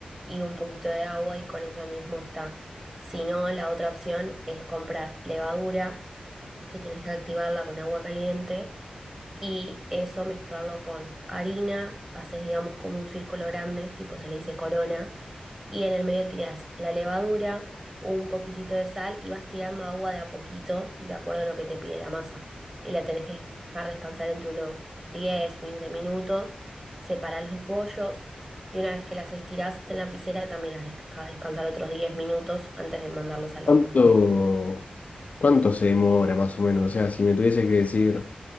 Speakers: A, on the right; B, on the left.
A: y un poquito de agua y con eso mismo está. Si no, la otra opción es comprar levadura, que tenés que activarla con agua caliente y eso mezclarlo con harina, haces digamos como un círculo grande, tipo se le dice corona, y en el medio tiras la levadura, un poquitito de sal y vas tirando agua de a poquito, de acuerdo a lo que te pide la masa. Y la tenés que dejar descansar entre unos 10 15 minutos, separás los bollos y una vez que las estirás en la piscera también las dejas descansar otros 10 minutos antes de mandarlas al
B: ¿Cuánto,
A: horno.
B: cuánto se demora más o menos? O sea, si me tuviese que decir